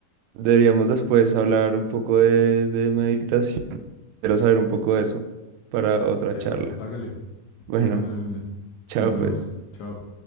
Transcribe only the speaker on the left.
Eso,
hágale,
de una de una.
Nos vemos,
chao.